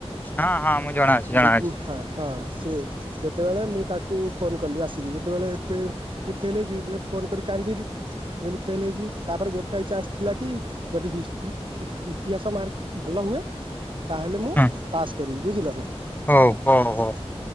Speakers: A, on the left (about 15°); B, on the right (about 50°).
A: ହଁ ହଁ ମୁଁ ଜଣାଅଛି ଜଣାଅଛି
B: ବ ବୁ ହଁ ହଁ। ସେ ଯେତେବେଳେ ମୁଁ ତାଙ୍କୁ ଫୋନ୍ କଲି ଆସିକି ଯେତେବେଳେ ଏଫ୍ ଯେ ଫେଲ୍ ହେଇଯିବି ଯେଲେ ଫୋନ୍ କରି କାନ୍ଦିଲି। ଯଦି ଫେଲ୍ ହେଇଯିବି ତାପରେ ଗୋଟାଏ ଚାନ୍ସ୍ ଥିଲା କି ଯଦି ହିଷ୍ଟ୍ରି ହି ଇତିହାସ ମାର୍କ ଭଲ ହୁଏ ତାହେଲେ ମୁଁ
A: ହଁ
B: ପାସ୍ କରିବି ବୁଝିଲ ନାଁ?
A: ହଉ ହଉ ହଉ